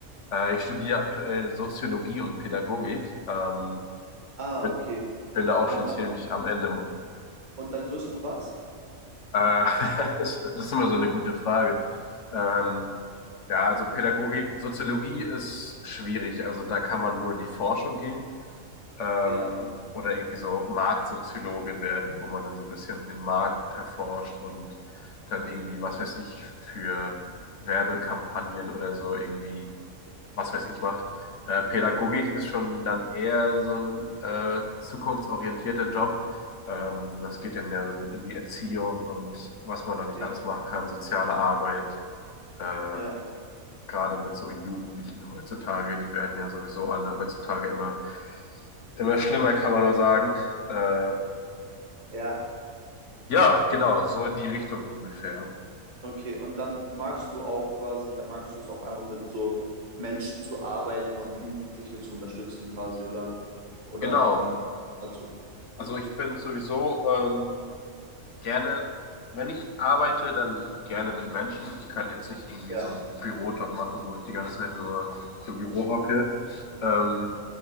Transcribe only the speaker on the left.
Äh, ich studiere aktuell Soziologie und Pädagogik. Ähm,
bin,
bin da auch
schon ziemlich
am Ende.
Äh, <laughs> das das ist immer so eine gute Frage. Ähm, ja, also Pädagogik, Soziologie ist schwierig. Also da kann man nur in die Forschung gehen. ähm,
oder irgendwie so Marktsoziologe werden, wo man dann so ein bisschen den Markt erforscht und dann irgendwie, was weiß ich, für Werbekampagnen oder so irgendwie, was weiß ich, macht. Äh, Pädagogik ist schon dann eher so ein äh, zukunftsorientierter Job. Ähm, das geht dann ja in die Erziehung und was man da nicht
alles machen kann, soziale Arbeit, äh,
gerade mit so Jugendlichen heutzutage, die werden ja sowieso alle heutzutage immer, immer schlimmer, kann man nur sagen. Äh,
ja, genau, so in die Richtung ungefähr.
Genau.
Also ich bin sowieso ähm, gerne, wenn ich arbeite, dann gerne mit Menschen. Ich könnte jetzt nicht irgendwie
so einen Bürojob machen, wo ich die ganze Zeit nur im Büro hocke. Ähm,